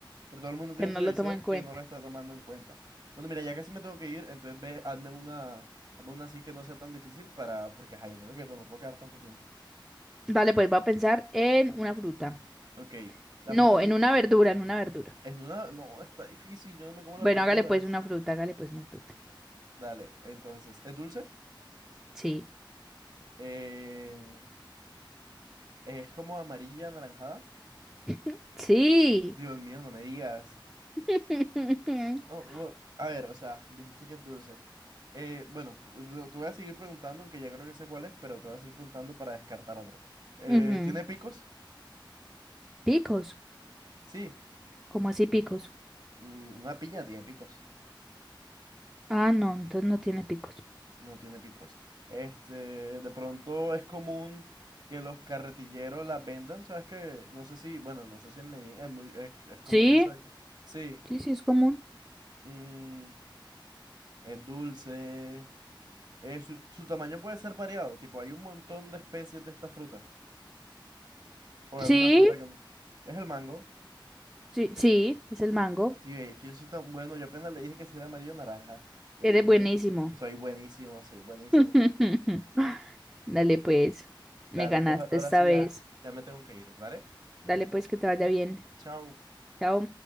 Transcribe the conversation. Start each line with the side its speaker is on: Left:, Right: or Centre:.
Right: pero todo el mundo tiene
Centre: que no
Right: un televisor
Centre: lo tomo en cuenta.
Right: que no lo está tomando en cuenta. Bueno, mira, ya casi me tengo que ir, entonces ve, hazme una, hazme una así que no sea tan difícil para, porque ajá, yo me tengo que ir, no me puedo quedar tanto tiempo.
Centre: Dale, pues va a pensar en una fruta.
Right: Ok, la
Centre: No,
Right: fruta du-
Centre: en una verdura, en una verdura.
Right: es una, no, está difícil, yo no me como
Centre: Bueno,
Right: las verduras.
Centre: hágale pues una fruta, hágale pues una fruta.
Right: Dale, entonces, ¿es dulce?
Centre: Sí.
Right: Eh, Es como amarilla, anaranjada.
Centre: <laughs>
Right: Dios
Centre: Sí.
Right: mío, no me digas.
Centre: <laughs>
Right: Oh, oh, a ver, o sea, dijiste que es dulce. Eh, bueno, te te voy a seguir preguntando, aunque ya creo que sé cuál es, pero te voy a seguir preguntando para descartar otra. Eh,
Centre: Ujú.
Right: ¿tiene picos?
Centre: Picos.
Right: Sí.
Centre: ¿Cómo así picos?
Right: Mm, Una piña tiene picos.
Centre: Ah, no, entonces no tiene picos.
Right: No tiene picos. Este, de pronto es común que los carretilleros las vendan, ¿sabes que No sé si, bueno, no sé si en Medellín es muy, es, es común
Centre: Sí,
Right: eso de que... Sí,
Centre: sí, sí, es común.
Right: mm, es dulce. Eh, su, su tamaño puede ser variado, tipo, hay un montón de especies de esta fruta. O
Centre: Sí,
Right: es una fruta que no. Es el mango.
Centre: sí, sí, es el
Right: Sí,
Centre: mango.
Right: sí, es que yo soy tan bueno. Yo apenas le dije que si era amarillo o naranja. Le
Centre: Eres
Right: dije
Centre: buenísimo.
Right: que soy buenísimo, soy buenísimo.
Centre: <laughs> Dale pues, me
Right: Dale,
Centre: ganaste
Right: entonces a- ahora
Centre: esta
Right: sí
Centre: vez.
Right: ya, ya me tengo que ir, ¿vale?
Centre: Dale
Right: Entonces,
Centre: pues que te vaya bien.
Right: chao.
Centre: Chao.